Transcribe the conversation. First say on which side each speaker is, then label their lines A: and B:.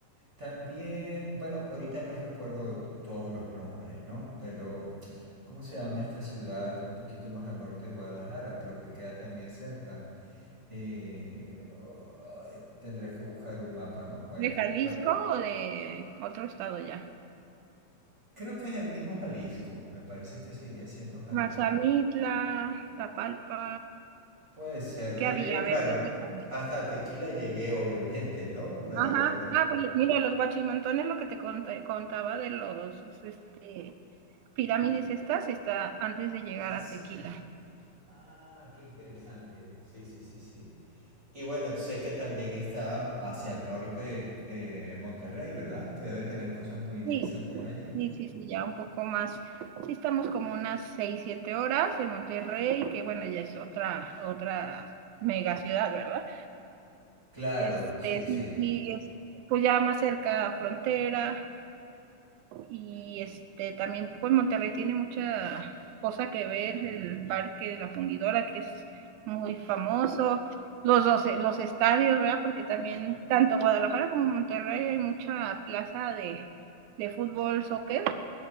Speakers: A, on the right (about 20°); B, on the right (about 80°).
A: también, bueno, ahorita no recuerdo t- todos los nombres, ¿no? Pero, ¿cómo se llama esta ciudad un poquito más al norte de Guadalajara, pero que queda también cerca? Eh, ay, tendría que buscar un mapa, ¿no? Pues,
B: ¿De Jalisco
A: claro.
B: o de otro estado ya?
A: Creo que es el mismo Jalisco. Me parece que seguía siendo Jalisco.
B: Mazamitla, Tapalpa,
A: Puede ser. Yo
B: ¿qué había?
A: llegué,
B: A
A: claro.
B: ver, platícame.
A: Hasta Tequila llegué, obviamente, ¿no? Para
B: Ajá,
A: verla.
B: ah, pues mira, los guachimantones, lo que te conté- contaba de los este, pirámides estas, está antes de llegar
A: Ah,
B: a
A: sí.
B: Tequila.
A: Ah, qué interesante. Sí, sí, sí, sí. Y bueno, sé que también está hacia el norte eh, Monterrey, ¿verdad? Que debe tener cosas muy interesantes
B: Sí,
A: allí.
B: sí, sí, sí, ya un poco más. Sí, estamos como unas 6, 7 horas de Monterrey, que bueno, ya es otra, otra mega ciudad, ¿verdad?
A: Claro,
B: Este,
A: sí,
B: sí,
A: sí.
B: sí, es, pues ya más cerca a frontera Y este también pues Monterrey tiene mucha cosa que ver, el parque de la fundidora que es muy famoso, los, los, los estadios, ¿verdad? Porque también tanto Guadalajara como Monterrey hay mucha plaza de, de fútbol, soccer,